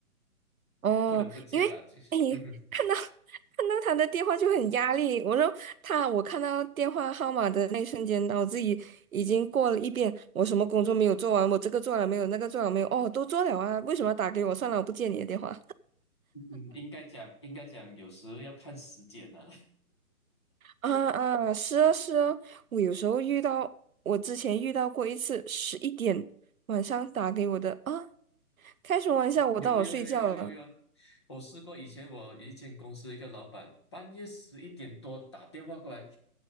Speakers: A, on the right; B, on the left.
A: 哦，
B: 不能不接了。
A: 因为哎，
B: 就是，<laughs> 嗯
A: 看到 <laughs> 看到他的电话就很压力。我说他，我看到电话号码的那一瞬间，脑子已已经过了一遍，我什么工作没有做完，我这个做了没有，那个做了没有，哦，都做了啊，为什么要打给我？算了，我不接你的电话。
B: 哼，应该讲，应该讲，有时候要看时间呢、
A: 啊啊，是啊是啊，我有时候遇到，我之前遇到过一次，十一点晚上打给我的啊，开什么玩笑，
B: <laughs>
A: 我当我睡觉了，
B: 有有有有有有有，我试过，以前我一间公司一个老板，半夜十一点多打电话过来，